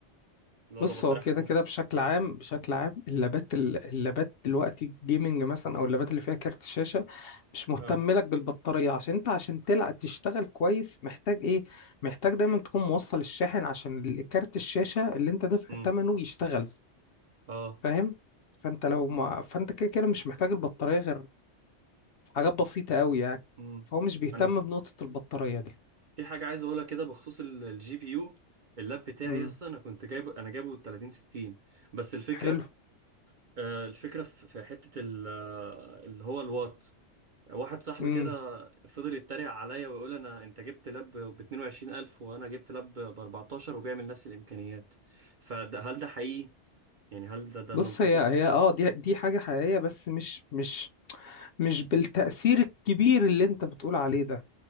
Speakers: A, on the right (about 50°); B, on the left (about 60°).
A: لو
B: بص
A: لو بطارية
B: هو كده
A: حجمها
B: كده بشكل عام بشكل عام اللابات ال- اللابات دلوقتي الجيمنج مثلا او اللابات اللي فيها كارت شاشة مش مهتم
A: اه
B: لك بالبطارية عشان انت عشان تلعب تشتغل كويس محتاج ايه محتاج دايما تكون موصل الشاحن عشان ال- كارت الشاشة اللي انت دافع
A: امم
B: ثمنه يشتغل
A: اه
B: فاهم فانت لو ما فانت كده كده مش محتاج البطارية غير في حاجات بسيطة قوي يعني
A: مم.
B: فهو مش بيهتم
A: انا ف-
B: بنقطة البطارية دي
A: في حاجه عايز اقولها كده بخصوص الجي بي يو اللاب بتاعي
B: امم
A: يس انا كنت جايبه انا جايبه 30 60 بس الفكره
B: حلو
A: آه، الفكره في في حته ال- آه، اللي هو الوات واحد صاحبي
B: امم
A: كده فضل يتريق عليا ويقول انا انت جبت لاب ب 22000 وانا جبت لاب ب 14 وبيعمل نفس الامكانيات فهل ده حقيقي يعني هل ده ده
B: بص
A: منطقي
B: هي هي اه دي دي حاجة حقيقية بس مش مش مش بالتأثير الكبير اللي انت بتقول عليه ده